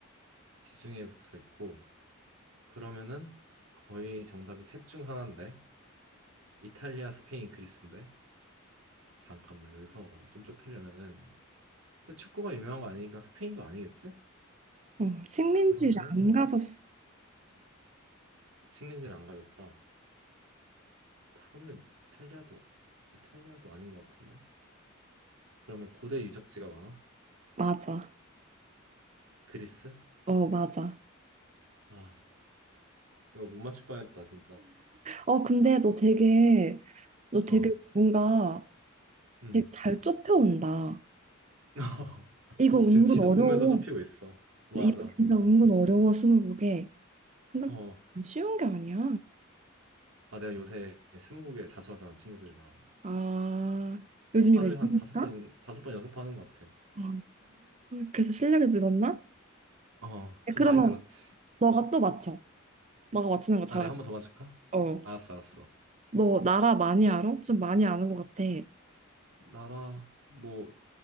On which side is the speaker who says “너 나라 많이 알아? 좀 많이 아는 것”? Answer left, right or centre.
Right